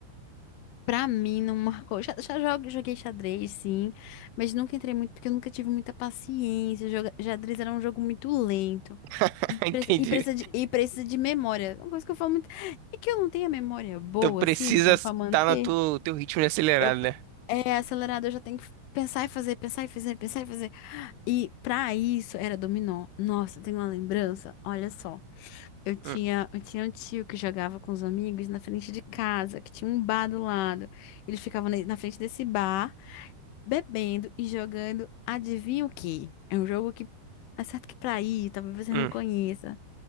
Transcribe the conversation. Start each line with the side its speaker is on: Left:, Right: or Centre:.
Left: Pra mim não marcou. Já, já jogo- joguei xadrez, sim, mas nunca entrei muito porque eu nunca tive muita paciência. Joga- xadrez era um jogo muito lento
Right: <laughs>
Left: e, pre-
Right: Entendi.
Left: e precisa de, e precisa de memória. É Uma coisa que eu falo muito é que eu não tenho a memória boa,
Right: Então precisa
Left: assim, pra,
Right: estar
Left: pra manter.
Right: no teu, teu ritmo de acelerado,
Left: Eu,
Right: né?
Left: é acelerado, eu já tenho que pensar e fazer, pensar e fazer, pensar e fazer. E pra isso era dominó. Nossa, tem uma lembrança, olha só. Eu tinha,
Right: Hum,
Left: eu tinha um tio que jogava com os amigos na frente de casa, que tinha um bar do lado. Ele ficava na na frente desse bar, bebendo e jogando, adivinha o quê? É um jogo que é certo que pra ir, talvez você
Right: hum,
Left: não conheça.